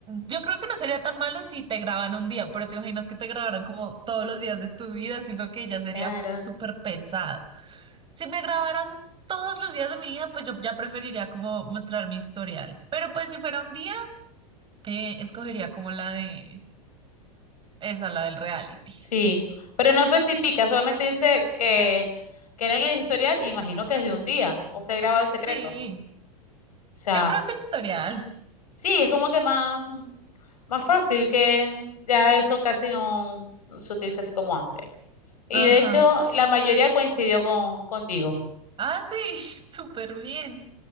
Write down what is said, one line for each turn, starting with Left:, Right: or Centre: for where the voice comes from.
Right: yo creo que no sería tan malo si te graban un día, pero te imaginas que te grabaran como todos los días de tu vida, siento que ya sería
Left: Claro.
Right: súper pesado. Si me grabaran todos los días de mi vida, pues yo ya preferiría como mostrar mi historial. Pero pues si fuera un día, eh, escogería como la de esa, la del reality.
Left: Sí, pero no especifica, solamente dice que, que era en el historial, imagino que es de un día, o se graba el secreto.
Right: Sí,
Left: O sea,
Right: yo creo que el historial.
Left: sí, es como que más, más fácil que ya eso casi no, no se utiliza así como antes. Y
Right: Ajá.
Left: de hecho, la mayoría coincidió con, contigo.
Right: Ah, sí, <laughs> súper bien.